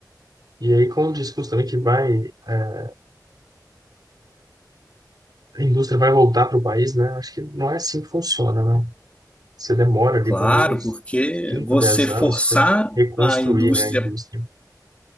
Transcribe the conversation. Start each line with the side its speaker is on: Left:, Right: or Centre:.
Right: E aí, com o discurso também que vai... é, A indústria vai voltar pro país, né? Acho que não é assim que funciona, né? Você demora ali
Left: Claro,
Right: pelo menos uns
Left: porque
Right: 5,
Left: você
Right: 10
Left: forçar
Right: anos para reconstruir,
Left: a indústria,
Right: né, a indústria.